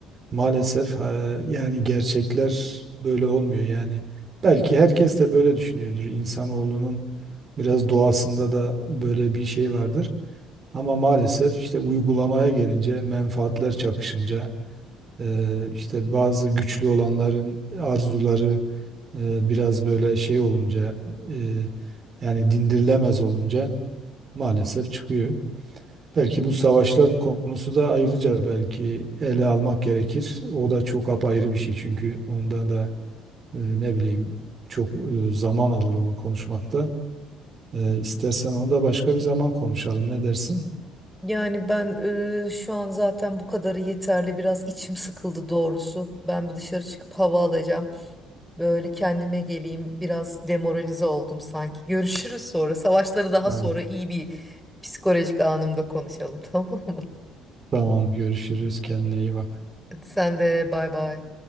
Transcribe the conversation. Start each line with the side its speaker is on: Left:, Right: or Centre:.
Right: maalesef ha, yani gerçekler böyle olmuyor yani. Belki herkes de böyle düşünüyordur. İnsanoğlunun biraz doğasında da böyle bir şey vardır. Ama maalesef işte uygulamaya gelince menfaatler çakışınca e, işte bazı güçlü olanların arzuları e, biraz böyle şey olunca e, yani dindirilemez olunca maalesef çıkıyor. Belki bu savaşlar konusu da ayrıca belki ele almak gerekir. O da çok apayrı bir şey çünkü ondan da e, ne bileyim çok e, zaman alır onu konuşmakta. E, istersen onu da başka bir zaman konuşalım. Ne dersin?
Centre: Yani ben eee, şu an zaten bu kadarı yeterli. Biraz içim sıkıldı doğrusu. Ben bir dışarı çıkıp hava alacağım. Böyle kendime geleyim. Biraz demoralize oldum sanki. Görüşürüz sonra. Savaşları daha
Right: Tamam.
Centre: sonra iyi bir psikolojik anımda konuşalım <laughs> tamam mı?
Right: Tamam, görüşürüz. Kendine iyi bak.
Centre: Hadi sen de bay bay.